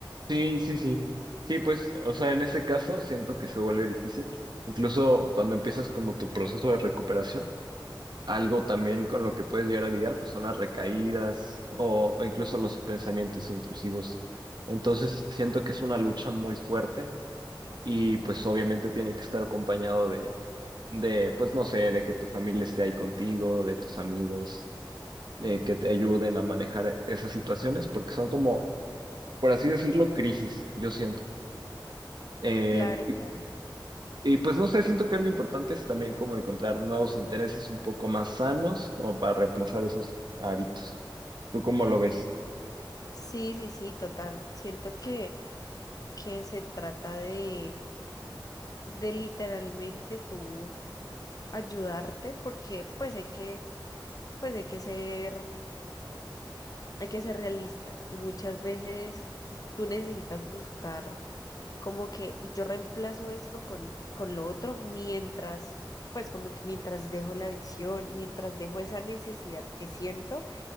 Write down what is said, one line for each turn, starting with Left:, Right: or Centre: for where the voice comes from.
Right: Sí, sí, sí. Sí, pues, o sea, en ese caso siento que se vuelve difícil. Incluso cuando empiezas como tu proceso de recuperación, algo también con lo que puedes llegar a lidiar, pues son las recaídas o, o incluso los pensamientos intrusivos. Entonces, siento que es una lucha muy fuerte y pues obviamente tiene que estar acompañado de de, pues no sé, de que tu familia esté ahí contigo, de tus amigos, eh, que te ayuden a manejar esas situaciones, porque son como, por así decirlo, crisis, yo siento. Eh,
Left: Claro,
Right: y,
Left: claro.
Right: y, pues no sé, siento que algo importante es también como encontrar nuevos intereses un poco más sanos, como para reemplazar esos hábitos. ¿Tú cómo lo ves?
Left: Sí, sí, sí, total. Siento que, que se trata de, de literalmente tú ayudarte porque pues hay que, pues hay que ser, hay que ser realistas y muchas veces tú tú necesitas buscar como que yo reemplazo esto con, con lo otro mientras, pues como que mientras dejo la adicción, mientras dejo esa necesidad que siento,